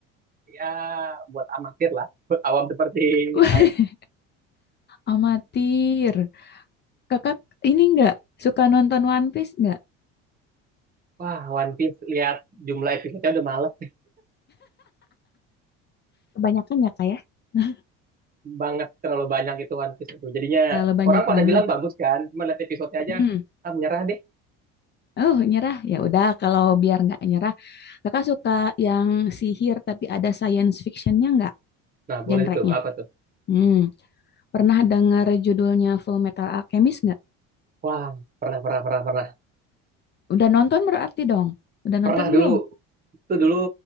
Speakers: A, on the right; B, on the left.
A: ya buat amatir lah, buat awam seperti
B: <laughs>
A: saya.
B: Amatir. Kakak ini nggak suka nonton One Piece nggak?
A: Wah, One Piece lihat jumlah episodenya udah males
B: Kebanyakan ya Kak ya? <laughs>
A: banget, terlalu banyak itu One Piece itu. Jadinya
B: Terlalu banyak
A: orang pada
B: banget.
A: bilang bagus kan, cuma lihat episodenya aja,
B: mm
A: ah menyerah deh.
B: Oh, nyerah. Ya udah, kalau biar nggak nyerah. Kakak suka yang sihir tapi ada science fictionnya nggak?
A: Nah, boleh
B: Genre-nya.
A: tuh, apa tuh?
B: Hmm. Pernah dengar judulnya Full Metal Alchemist nggak?
A: Wah, pernah pernah pernah pernah.
B: Udah nonton berarti dong? Udah nonton
A: Pernah
B: belum?
A: dulu Itu dulu